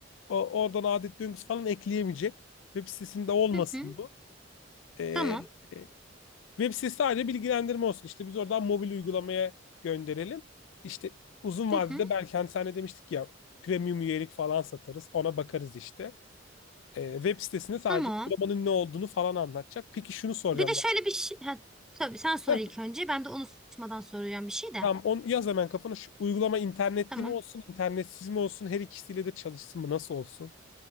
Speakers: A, on the left; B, in the centre.
A: O, oradan adet döngüsü falan ekleyemeyecek. Web sitesinde olmasın
B: Hı hı.
A: bu. Ee,
B: Tamam.
A: e, web sitesi sadece bilgilendirme olsun. İşte biz oradan mobil uygulamaya gönderelim. İşte uzun
B: Hı
A: vadede
B: hı.
A: belki hani sen de demiştik ya premium üyelik falan satarız. Ona bakarız işte. Ee, web sitesinde sadece
B: Tamam.
A: uygulamanın ne olduğunu falan anlatacak. Peki şunu soracağım
B: Bir de şöyle
A: bak.
B: bir şey. Ha, tabii sen sor
A: Heh,
B: ilk önce. Ben de unutmadan soracağım bir şey de.
A: tamam onu yaz hemen kafana. Şu uygulama internetli
B: Tamam.
A: mi olsun, internetsiz mi olsun? Her ikisiyle de çalışsın mı? Nasıl olsun?